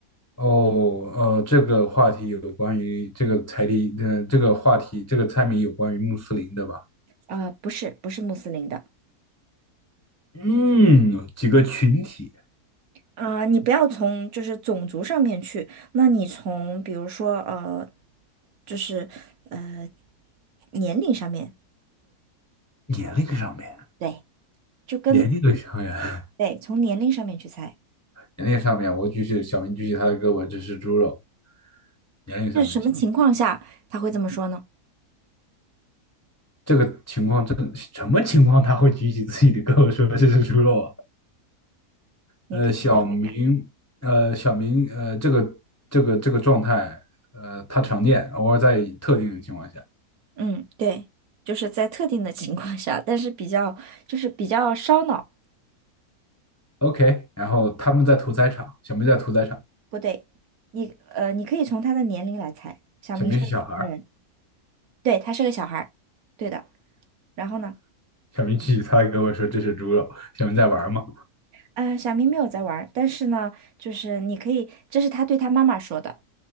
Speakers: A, on the left; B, on the right.
A: 哦，呃，这个话题有关于这个猜题，呃，这个话题，这个猜谜有关于穆斯林的吧？
B: 啊、不是，不是穆斯林的。
A: 嗯，几个群体，
B: 啊、你不要从就是种族上面去，那你从比如说呃，就是呃年龄上面，
A: 年龄上面，
B: 对，就跟
A: 年龄的上面，<laughs>
B: 对从年龄上面去猜，
A: 年龄上面，我举起小明举起他的胳膊，这是猪肉。年龄上面，
B: 是什么情况下他会这么说呢？
A: 这个情况真什么情况他会举起自己的胳膊说这是猪肉啊？
B: 你可以猜猜看。
A: 呃，小明，呃，小明，呃，这个这个这个状态，呃，他常见，偶尔在特定的情况下。
B: 嗯，对，就是在特定的情况下，但是比较就是比较烧脑。
A: OK，然后他们在屠宰场，小明在屠宰场，
B: 不对，你呃，你可以从他的年龄来猜。小明是个什么人，
A: 小明是小孩儿，
B: 对，他是个小孩儿，对的。然后呢，
A: 小明去，他跟我说这是猪肉，小明在玩儿嘛，
B: 呃，小明没有在玩儿，但是呢，就是你可以，这是他对他妈妈说的。